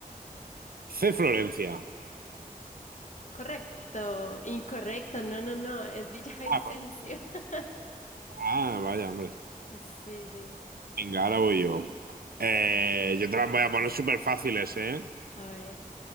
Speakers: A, on the right; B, on the left.
A: C. Florencia.
B: Correcto, incorrecto, no, no, no, es Villavicencio.
A: Ah, va-
B: <laughs>
A: ah, vaya, hombre.
B: Sí, sí,
A: Venga, ahora voy yo. Eh, yo te las voy a poner súper fáciles, ¿eh?
B: a ver.